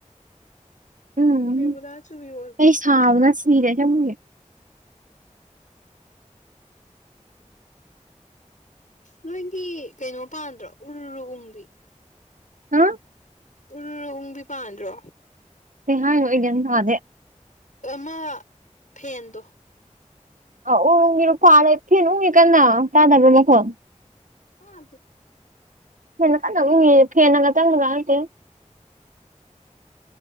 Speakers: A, on the right (about 80°); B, on the left (about 75°).
A: ꯎꯝ
B: ꯕꯤꯕꯨꯂꯥ ꯆꯨꯕꯤ ꯑꫭꯂ‌ꯦ
A: ꯑꯩ ꯁꯥꯕꯅ ꯁꯤꯔꯦ ꯅꯪ
B: ꯅꯣꯏꯒꯤ ꯀꯩꯅꯣ ꯄꯥꯟꯗ꯭ꯔꯣ ꯎꯔꯔꯨ ꯎꯡꯕꯤ
A: ꯍꯥ
B: ꯎꯔꯨꯔꯍꯪꯕꯤ ꯄꯥꯟꯗ꯭ꯔꯣ
A: ꯀꯩ ꯍꯥꯏꯅꫭ ꯑꯩ ꯒꯌꯥꯟ ꯇꯥꯗ‌ꯦ
B: ꯃ ꯐꯦꯟꯗꯣ
A: ꯑ ꯎꯒꯤꯅ ꯐꯥꯔꯦ ꯐꯦꯟ ꯎꯒꯤ ꯀꯟꯅ ꯇꯥꯟꯅꯕ꯭ꯔꯥ ꯃꯈꯣꯟ
B: ꯀꯗ
A: ꯐꯦꯅ ꯀꯗ ꯎ ꯐꯦꯅ ꯀ ꯆꯪꯒꯗꯦ